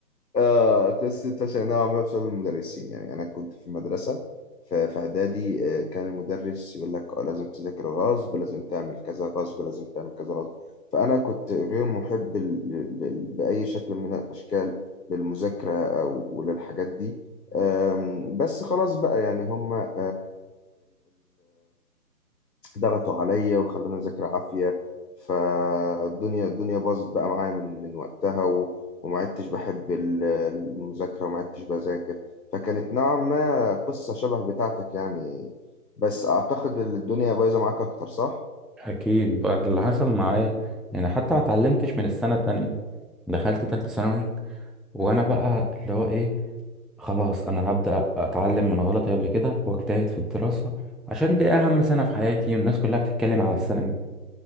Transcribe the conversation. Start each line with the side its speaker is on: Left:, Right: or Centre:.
Left: آه قصة اتلاشى نوعا ما بسبب المدرسين يعني أنا كنت في مدرسة ف- في إعدادي آه، كان المدرس يقول لك آه، لازم تذاكر غصب لازم تعمل كذا غصب لازم تعمل كذا غصب فأنا كنت غير محب ل- ل- ل- بأي شكل من الأشكال للمذاكرة أو وللحاجات دي آم، بس خلاص بقى يعني هما ضغطوا عليا وخلوني اذاكر عافيه فالدنيا الدنيا باظت بقى معايا من من وقتها و... وما عدتش بحب ال- المذاكره وما عدتش بذاكر فكانت نوعا ما قصه شبه بتاعتك يعني بس اعتقد ان الدنيا بايظه معاك اكتر صح؟
Centre: اكيد بعد اللي حصل معايا يعني حتى ما اتعلمتش من السنه التانية دخلت تالتة ثانوي وانا بقى اللي هو ايه خلاص انا هبدا اتعلم من غلطي قبل كده واجتهد في الدراسه عشان دي اهم سنه في حياتي والناس كلها بتتكلم على السنه دي